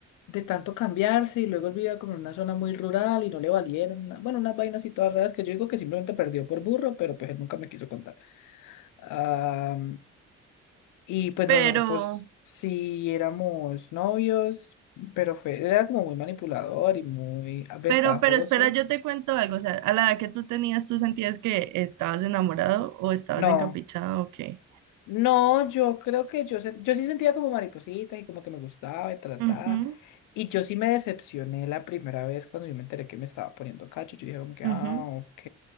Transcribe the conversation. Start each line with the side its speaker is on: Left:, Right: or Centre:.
Left: de tanto cambiarse y luego él vivía como en una zona muy rural y no le valieron, una- bueno, unas vainas y todas raras que yo digo que simplemente perdió por burro, pero pues él nunca me quiso contar. Ah, Y pues
Right: Pero,
Left: no, nosotros sí éramos novios, pero fue, él era como muy manipulador y muy ventajoso.
Right: pero, pero espera, yo te cuento algo. O sea, a la edad que tú tenías, ¿tú sentías que estabas enamorado o estabas
Left: No,
Right: encaprichado o qué?
Left: no, yo creo que yo, sen- yo sí sentía como mariposita y como que me gustaba y trataba.
Right: Ujú,
Left: Y yo sí me decepcioné la primera vez cuando yo me enteré que me estaba poniendo cacho. Yo dije como que,
Right: ujú.
Left: ah, ok.